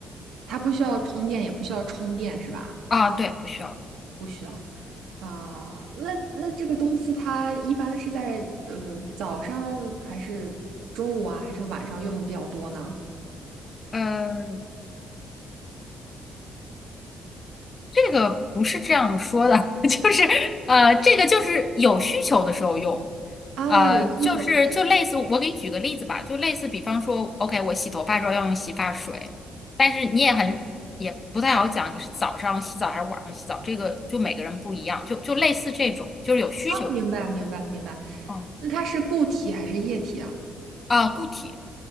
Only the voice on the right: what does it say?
它不需要通电，也不需要充电，是吧？
不需要。啊、那那这个东西它一般是在呃早上还是中午啊，还是晚上用的比较多呢？
啊，
有需求
啊，明白明白明白。
那它是固体还是液体啊？